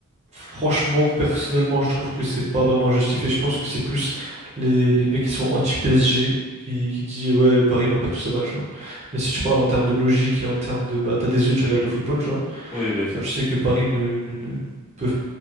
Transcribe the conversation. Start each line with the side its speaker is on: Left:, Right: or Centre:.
Right: franchement, personnellement, je trouve que c'est pas vraiment justifié. Je pense que c'est plus les, les mecs qui sont anti-PSG qui, qui disent ouais, Paris va perdre tous ses matchs, tu vois. Mais si tu parles en termes de logique et en termes de bah t'as des yeux, tu regardes le football, tu vois,
Left: Oui, bien sûr.
Right: bah tu sais que Paris ne, ne, ne peuvent